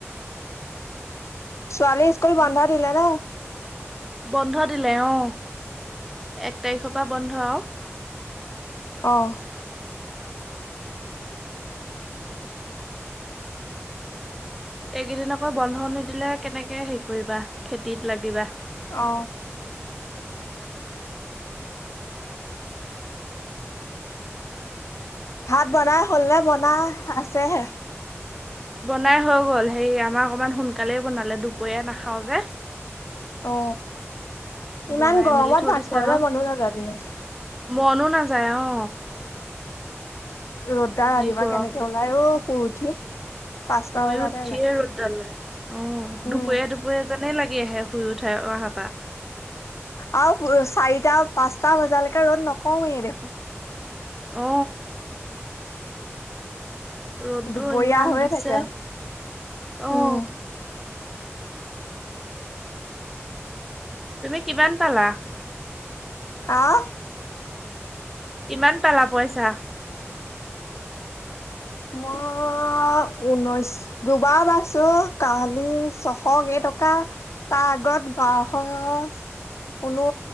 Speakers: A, on the left; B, in the centre.
A: ছোৱালী
B: তাকে
A: স্কুল বন্ধ দিলে নে?
B: বন্ধ দিলে। অহ, এক তাৰিখৰ পৰা বন্ধ।
A: অহ
B: উম <inaudible> এইকেইদিন আকৌ বন্ধ নিদিলে, কেনেকে হেৰি কৰিবা, খেতিত লাগিবা।
A: অ ভাত বনাই হ'ল নে, বনাই আছে হে?
B: বনাই হৈ গ'ল, সেই আমাৰ অকমান সোনকালে বনালে, দুপৰীয়া নাখাওঁ যে।
A: অ, ইমান
B: বনাই
A: গৰমত
B: মেলি থৈ
A: ভাত
B: দিছে
A: খাবলৈ
B: আৰু
A: মনো নাযায় দিনত।
B: মনো নাযায়, অ।
A: ৰ'দ ডাল ৰাতিপুৱা
B: যি গৰম
A: কেনেকে
B: দিছে
A: ওলাই? অ, শুই উঠি। পাঁচটা
B: শুই
A: বজাতে
B: উঠিয়ে
A: ওলাই
B: ৰ'দডালৈ। অ,
A: উম
B: দুপৰীয়া-দুপৰীয়া যেন লাগি আহে শুই উঠাৰ অহাৰ পৰা।
A: আৰু চাৰিটা, পাঁচটা বজালৈকে ৰ'দ নকওঁমেই দেখোন।
B: অ ৰ'দটো
A: দুপৰীয়া
B: ইমান
A: হৈ
B: দিছে
A: থাকে আৰু,
B: অ',
A: উম!
B: তুমি কিমান পালা?
A: আহ
B: কিমান পালা পইছা?
A: মই অ, ঊনৈশ দুবাৰ পাইছো কালি ছশ কেইটকা তাৰ আগত বাৰশ কেই টকা ঊনো